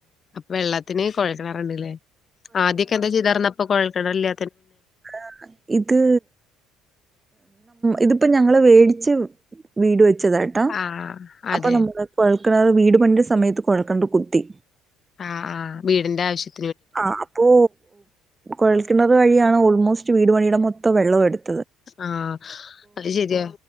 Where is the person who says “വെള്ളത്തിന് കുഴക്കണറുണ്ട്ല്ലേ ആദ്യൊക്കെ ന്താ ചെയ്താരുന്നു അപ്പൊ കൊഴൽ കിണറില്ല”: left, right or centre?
Left